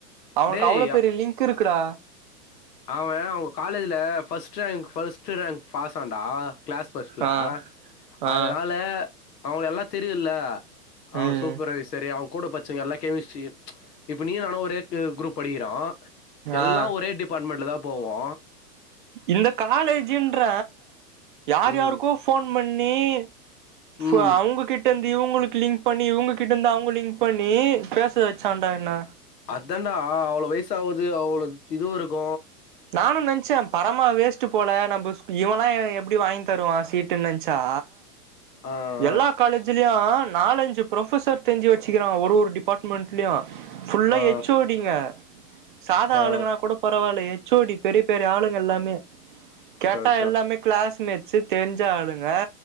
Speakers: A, on the right; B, on the left.
A: அவனுக்கு
B: டேய்!
A: அவ்ளோ பெரிய லிங்க்கு இருக்குடா
B: அவ அவ்ங்க காலேஜுல ஃபஸ்ட் ரேங்க் ஃபஸ்ட்டு ரேங்க் பாஸான்டா க்ளாஸ் ஃபஸ்ட்ல
A: ஆ
B: அதனால
A: ஆ
B: அவ்ங்கள எல்லா தெரியுல்ல அவ
A: ம்
B: சூப்பர்வைசரு அவ கூட பச்சவ்கள்லா கெமிஸ்ட்ரி இப்ப நீயு நானு ஒரே து குரூப் படிக்கிறோ எல்லா
A: ஆ
B: ஒரே டிபார்ட்மெண்ட்ல தா போவோ
A: இந்த காலேஜுன்ற யார்
B: ம்
A: யாருக்கோ ஃபோன் பண்ணி ஃபோ
B: ம்
A: அவ்ங்ககிட் கிட்ட இருந்து இவ்ங்களுக்கு லிங்க் பண்ணி இவ்ங்க கிட்டருந்து அவ்ங்க லிங்க் பண்ணி பேச வச்சான்டா என்ன
B: அதனா அவ்வளோ வயசு ஆவுது அவ்வளோக் கிதுவு இருக்கு
A: நானு நென்ச்சம் பரமா வேஸ்ட்டு போல நம்ப இவலா எப்டி வாங்கி தருவா சீட்டுன் நென்ச்சா
B: ஆ
A: எல்லா காலேஜ்லயு நாலஞ்சு ப்ரொஃபசர் தெரிஞ்சு வச்சுக்கிறாங்க ஒரு ஒரு டிபார்ட்மெண்ட்லயு ஃபுல்லா
B: ஆ
A: எச் ஓ டி ங்க சாதா
B: ஆ ஆ
A: ஆளுங்கனா கூட பரவால்ல எச் ச்சோடி பெரிய பெரிய ஆளுங்க எல்லாமே கேட்டா
B: அதான்
A: எல்லாமே க்ளாஸ்மேட்ஸு தெரிஞ்ச ஆளுங்க